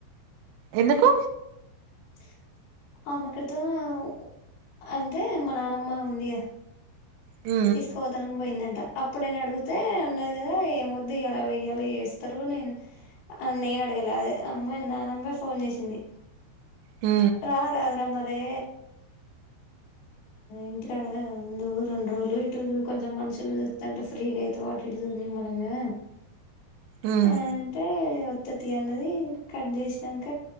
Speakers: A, on the right; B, on the left.
A: ఎందుకు
B: <unintelligible> అంటే మా నానమ్మ ఉంది
A: ఉ
B: తీసుకుపోతానని పోయిందంట అప్పుడు నేను అడిగితే అన్నది కద ఏమ వద్దు ఇలా ఇలా చేస్తారు నేను <unintelligible> ఏం అడగలే అదే అమ్మ నాన్నమ్మ ఫోన్ చేసింది
A: ఉ
B: రా రాదుర మరి ఇంటికాడ ముందు రెండు రోజులు ఇటు కొంచెం మనుషులు చూస్తంటే ఫ్రీగా అయితే అటు ఇటు చూడు నిమ్మలంగా
A: ఉమ్
B: అ అంటే వత్త తి అన్నది కట్ చేసినంక